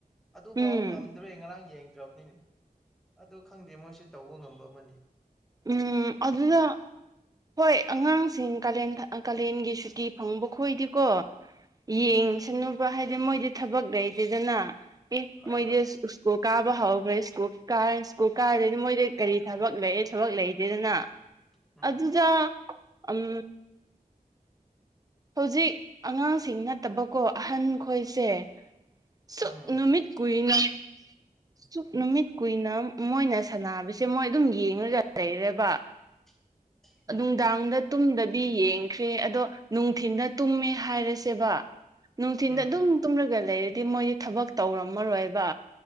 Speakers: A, in the centre; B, on the right.
A: ꯑꯗꯨꯐꯥꯎ
B: ꯎꯝ
A: ꯑꯗꯨ ꯑꯩ ꯉꯔꯥꯡ ꯌꯦꯡꯗ꯭ꯔꯕꯅꯤꯅꯦ ꯑꯗꯨ ꯈꯪꯗꯦ ꯃꯣꯏꯁꯨ ꯇꯧꯕ ꯉꯝꯕ ꯑꯃꯅꯤ
B: ꯎꯝ ꯑꯗꯨꯅ ꯍꯣꯏ ꯑꯉꯥꯡꯁꯤꯡ ꯀꯥꯂꯦꯟ ꯀꯥꯂꯦꯟꯒꯤ ꯁꯨꯇꯤ ꯐꯪꯕ ꯈꯣꯏꯗꯤꯀꯣ
A: ꯎꯝ
B: ꯌꯦꯡꯁꯅꯨꯕ ꯍꯥꯏꯗꯤ ꯃꯣꯏꯗꯤ ꯊꯕꯛ ꯂꯩꯇꯦꯗꯅ ꯑꯦ
A: ꯍꯣꯏ
B: ꯃꯣꯏꯗꯤ
A: ꯍꯣꯏ
B: ꯁ꯭ꯀꯨꯜ ꯀꯥꯕ ꯍꯧꯈ꯭ꯔꯦ ꯁꯀꯨꯜ ꯀꯥꯔ ꯁ꯭ꯀꯨꯜ ꯀꯥꯔꯗꯗꯤ ꯃꯣꯏꯗꯤ ꯀꯔꯤ ꯊꯕꯛ ꯂꯩ ꯊꯕꯛ ꯂꯩꯇꯦꯗꯅ
A: ꯎꯝ
B: ꯑꯗꯨꯗ ꯎꯝ ꯍꯧꯖꯤꯛ ꯑꯉꯥꯡꯁꯤꯡ ꯅꯠꯇꯕꯀꯣ ꯑꯍꯟ ꯈꯣꯏꯁꯦ ꯁꯨꯛ
A: ꯎꯝ ꯎꯝ
B: ꯅꯨꯃꯤꯠ ꯀꯨꯏꯅ ꯁꯛ ꯅꯨꯃꯤꯠ ꯀꯨꯏꯅ ꯃꯣꯏꯅ ꯁꯥꯟꯅꯕꯁꯦ ꯃꯣꯏ ꯑꯗꯨꯝ ꯌꯦꯡꯉꯒ ꯂꯩꯔꯦꯕ
A: <unintelligible>
B: ꯅꯨꯡꯗꯥꯡꯗ ꯇꯨꯝꯗꯗꯤ ꯌꯦꯡꯈ꯭ꯔꯦ ꯑꯗꯣ ꯅꯨꯡꯊꯤꯟꯗ ꯇꯨꯝꯃꯦ ꯍꯥꯏꯔꯁꯦꯕ ꯅꯨꯡꯊꯤꯟꯗ
A: ꯎꯝ ꯎꯝ
B: ꯑꯗꯨꯝ ꯇꯨꯝꯂꯒ ꯂꯩꯔꯗꯤ ꯃꯣꯏꯗꯤ ꯊꯕꯛ ꯇꯧꯔꯝꯃꯔꯣꯏꯕ